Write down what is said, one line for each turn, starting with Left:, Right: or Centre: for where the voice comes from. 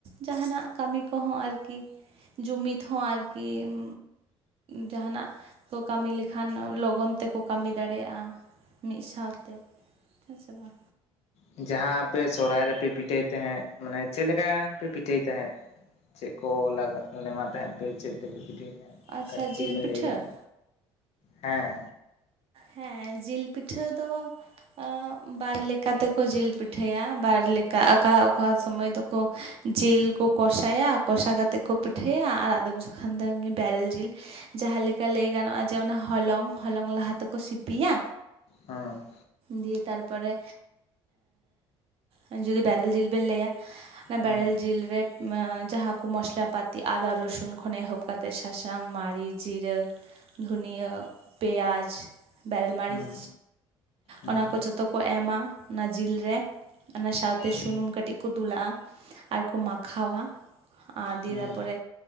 Right: ᱡᱟᱦᱟᱱᱟᱜ ᱠᱟᱹᱢᱤ ᱠᱚᱦᱚᱸ ᱟᱨᱠᱤ ᱡᱩᱢᱤᱫ ᱦᱚᱸ ᱟᱨᱠᱤᱢ ᱡᱟᱦᱟᱱᱟᱜ ᱠᱚ ᱠᱟᱹᱢᱤ ᱞᱮᱠᱷᱟᱱ ᱞᱚᱜᱚᱱ ᱛᱮᱠᱚ ᱠᱟᱹᱢᱤ ᱫᱟᱲᱮᱭᱟᱜ-ᱟ ᱢᱤᱫ ᱥᱟᱶᱛᱮ ᱦᱮᱸ ᱥᱮ ᱵᱟᱝ
Left: ᱦᱩᱸ ᱡᱟᱦᱟᱸ ᱟᱯᱮ ᱥᱚᱦᱨᱟᱭ ᱨᱮᱯᱮ ᱯᱤᱴᱷᱟᱹᱭ ᱛᱟᱦᱮᱸᱫ ᱢᱟᱱᱮ ᱪᱮᱫ ᱞᱮᱠᱟ ᱯᱮ ᱯᱤᱴᱷᱟᱹᱭ ᱛᱟᱦᱮᱸᱫ ᱪᱮᱫ ᱠᱚ ᱞᱟᱜᱟᱜ ᱞᱮᱢᱟᱜ ᱛᱟᱦᱮᱸᱫ ᱯᱮ ᱪᱮᱫ ᱛᱮᱯᱮ ᱯᱤᱴᱷᱟᱹᱭ ᱜᱮᱭᱟ
Right: ᱟᱪᱪᱷᱟ
Left: ᱠᱟᱹᱴᱤᱡ ᱡᱩᱫᱤ
Right: ᱡᱤᱞ
Left: ᱵᱮᱱ
Right: ᱯᱤᱴᱷᱟᱹ
Left: ᱞᱟᱹᱭ ᱟ ᱦᱮᱸ
Right: ᱦᱮᱸ ᱦᱮᱸ ᱡᱤᱞ ᱯᱤᱴᱷᱟᱹ ᱫᱚ ᱟᱹᱜ ᱵᱟᱨ ᱞᱮᱠᱟ ᱛᱮᱠᱚ ᱡᱤᱞ ᱯᱤᱴᱷᱟᱹᱭᱟ ᱵᱟᱨ ᱞᱮᱠᱟ ᱟᱠᱟ ᱚᱠᱟ ᱥᱚᱢᱚᱭ ᱫᱚ ᱠᱚ ᱡᱤᱞ ᱠᱚ ᱠᱚᱥᱟᱭᱟ ᱠᱚᱥᱟ ᱠᱟᱛᱮᱫ ᱠᱚ ᱯᱤᱴᱷᱟᱹᱭᱟ ᱟᱨ ᱟᱫᱚᱢ ᱡᱚᱠᱷᱚᱱ ᱫᱚ ᱮᱢᱱᱤ ᱵᱮᱨᱮᱞ ᱡᱤᱞ ᱡᱟᱦᱟᱸ ᱞᱮᱠᱟ ᱞᱟᱹᱭ ᱜᱟᱱᱚᱜ-ᱟ ᱡᱮ ᱚᱱᱟ ᱦᱚᱞᱚᱝ ᱦᱚᱞᱚᱝ ᱞᱟᱦᱟ ᱛᱮᱠᱚ ᱥᱤᱯᱤᱭᱟ
Left: ᱦᱮᱸ
Right: ᱫᱤᱭᱮ ᱛᱟᱨᱯᱚᱨᱮ ᱮᱸᱜ ᱡᱩᱫᱤ ᱵᱮᱨᱮᱞ ᱡᱤᱞ ᱵᱮᱱ ᱞᱟᱹᱭᱟ
Left: ᱦᱮᱸ
Right: ᱵᱮᱨᱮᱞ ᱡᱤᱞ ᱨᱮ ᱢᱟᱹ ᱡᱟᱦᱟᱸ ᱠᱚ ᱢᱚᱥᱞᱟ ᱯᱟᱟᱹᱛᱤ ᱟᱫᱟ ᱨᱚᱥᱩᱱ ᱠᱷᱚᱱ ᱮᱦᱚᱵ ᱠᱟᱛᱮᱮᱫ ᱥᱟᱥᱟᱝ ᱢᱟᱹᱨᱤᱪ ᱡᱤᱨᱟᱹ ᱫᱷᱩᱱᱤᱭᱟᱹᱟᱹ ᱯᱮᱸᱭᱟᱡᱽ ᱵᱮᱨᱮᱞ ᱢᱟᱹᱨᱤᱪ
Left: ᱦᱮᱸ ᱦᱮᱸ ᱦᱮᱸ
Right: ᱚᱱᱟ ᱠᱚ ᱡᱚᱛᱚ ᱠᱚ ᱮᱢᱟ ᱚᱱᱟ ᱡᱤᱞᱨᱮ ᱚᱱᱟ ᱥᱟᱶᱛᱮ
Left: ᱦᱮᱸ ᱦᱮᱸ ᱦᱮᱸ
Right: ᱥᱩᱱᱩᱢ ᱠᱟᱹᱴᱤᱡ ᱠᱚ ᱫᱩᱞᱟᱜᱼᱟ ᱟᱨᱠᱚ ᱢᱟᱠᱷᱟᱣᱟ ᱟᱸᱻᱫᱤᱭᱮ
Left: ᱦᱮᱸ
Right: ᱛᱟᱨᱯᱚᱨᱮ